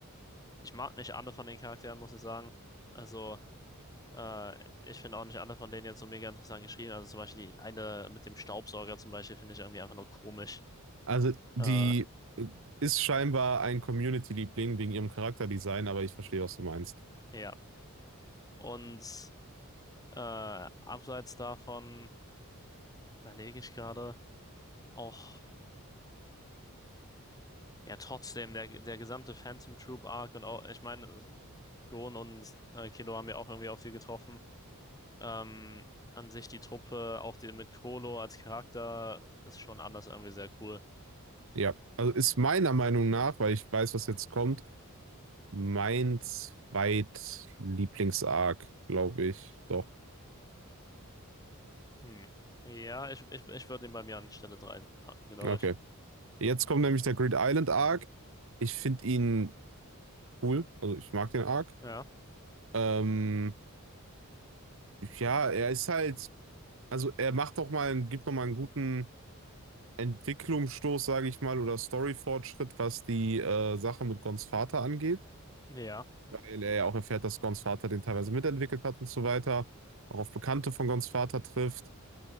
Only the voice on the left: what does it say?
Ich mag nicht alle von den Charakteren, muss ich sagen. Also, äh, ich finde auch nicht alle von denen jetzt so mega interessant geschrieben. Also zum Beispiel die eine mit dem Staubsauger zum Beispiel finde ich irgendwie einfach nur komisch.
Äh,
ja. Und äh, abseits davon überlege ich gerade auch, ja, trotzdem, der, der gesamte Phantom Troop Arc und auch, ich meine, Gon und äh, Killua haben ja auch irgendwie auf viel getroffen. Ähm, an sich die Truppe, auch die mit Krollo als Charakter, ist schon anders irgendwie sehr cool.
Hm. Ja, ich, ich, ich würde ihn bei mir an Stelle 3 packen, glaube
ich.
Ja,
ja,